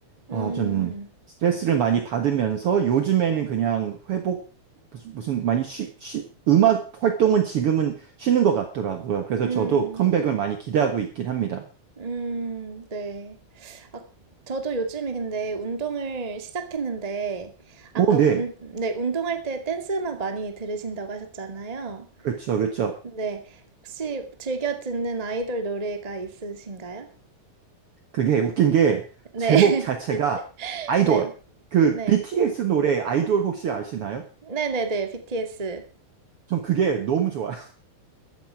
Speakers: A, on the right (about 65°); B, on the right (about 20°).
A: 아,
B: 음,
A: 좀 스트레스를 많이 받으면서 요즘에는 그냥 회복 무슨, 무슨 많이 쉬, 쉬, 음악 활동은 지금은 쉬는 것 같더라고요. 그래서
B: 음,
A: 저도 컴백을 많이 기대하고 있긴 합니다.
B: 음, 네. 아, 저도 요즘에 근데 운동을 시작했는데 아까
A: 오, 네.
B: 운, 네, 운동할 때 댄스 음악 많이 들으신다고 하셨잖아요.
A: 그렇죠, 그렇죠.
B: 네. 혹시 즐겨 듣는 아이돌 노래가 있으신가요?
A: 그게 웃긴 게
B: 네.
A: 제목 자체가
B: <laughs>
A: 아이돌.
B: 네.
A: 그
B: 네.
A: BTS 노래 아이돌 혹시 아시나요?
B: 네네네. BTS.
A: 전 그게 너무 좋아요.